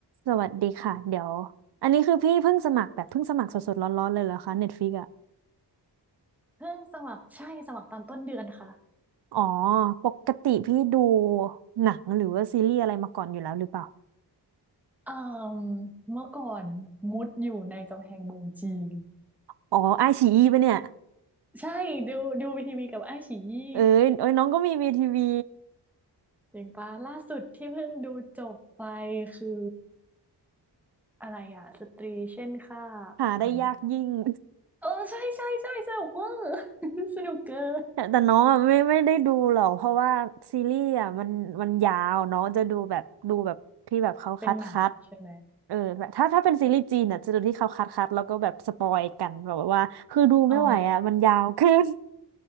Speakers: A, on the right (about 65°); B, in the centre.
A: สวัสดีค่ะเดี๋ยวอันนี้คือพี่เพิ่งสมัครแบบเพิ่งสมัครสดๆร้อนๆเลยเหรอคะ Netflix อ่ะ
B: เพิ่งสมัครใช่สมัครตอนต้นเดือนค่ะ
A: อ๋อปกติพี่ดูหนังหรือว่าซีรีส์อะไรมาก่อนอยู่แล้วหรือเปล่า
B: เอ่มเมื่อก่อนมุดอยู่ในกำแพงเมืองจีน
A: อ๋อไอชีอีปะเนี่ย
B: ใช่ดูดูวีทีวีกับไอ้ายฉียี่
A: เอ้ยเอ้ยน้องก็มีวีทีวี
B: เจ๋งปะล่าสุดที่เพิ่งดูจบไปคืออะไรอะสตรีเช่นค่า
A: หาได้ยากยิ่ง
B: อะไรนะ
A: <laughs>
B: เออใช่ใช่ใช่สนุกเวอร์ <laughs> สนุกเกิน
A: แต่แต่น้องอะไม่ไม่ได้ดูหรอกเพราะว่าซีรีส์อ่ะมันมันยาวน้องจะดูแบบดูแบบที่แบบเขาคัดคัด
B: เป็นหนังใช่ไหม
A: เออแบบถ้าถ้าเป็นซีรีส์จีนอ่ะจะดูที่เขาคัดคัดแล้วก็แบบสปอยกันแบบว่าคือดูไม่ไหวอ่ะมันยาวเกิน
B: อ๋อ